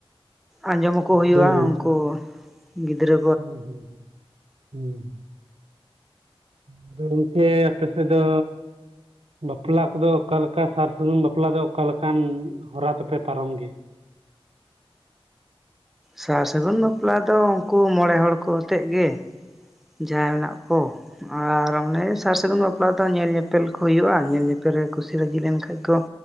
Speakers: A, in the centre; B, on the right.
A: ᱟᱸᱡᱚᱢ ᱟᱠᱚ ᱦᱩᱭᱩᱜᱼᱟ
B: ᱫᱚ ᱦᱩᱭᱩᱜ
A: ᱩᱱᱠᱩ ᱜᱤᱫᱨᱟᱹ
B: ᱦᱩᱸ ᱦᱩᱸ ᱦᱩᱸ ᱦᱩᱸ ᱟᱫᱚ ᱜᱚᱝᱠᱮ ᱟᱯᱮ ᱥᱮᱫ ᱫᱚ ᱵᱟᱯᱞᱟ ᱠᱚᱫᱚ ᱚᱠᱟ ᱞᱮᱠᱟ ᱥᱟᱨ ᱥᱟᱹᱜᱩᱱ ᱵᱟᱯᱞᱟ ᱫᱚ ᱚᱠᱟ ᱞᱮᱠᱟᱱ ᱦᱚᱨᱟ ᱛᱮᱯᱮ ᱯᱟᱨᱚᱢ ᱜᱮᱭᱟ
A: ᱥᱟᱨ ᱥᱟᱹᱜᱩᱱ ᱵᱟᱯᱞᱟ ᱫᱚ ᱩᱱᱠᱩ ᱢᱚᱬᱮ ᱦᱚᱲ ᱠᱚ ᱟᱛᱮᱫ ᱜᱮ ᱡᱟᱦᱟᱸ ᱢᱮᱱᱟᱜ ᱠᱚ ᱟᱨ ᱚᱱᱮ ᱥᱟᱨ ᱥᱟᱹᱜᱩᱱ ᱵᱟᱯᱞᱟ ᱫᱚ ᱧᱮᱞ ᱧᱮᱯᱮᱞ ᱠᱚ ᱦᱩᱭᱩᱜᱼᱟ ᱧᱮᱞ ᱧᱮᱯᱮᱞ ᱨᱮ ᱠᱩᱥᱤ ᱨᱟᱹᱡᱤ ᱞᱮᱱᱠᱷᱟᱱ ᱠᱚ᱾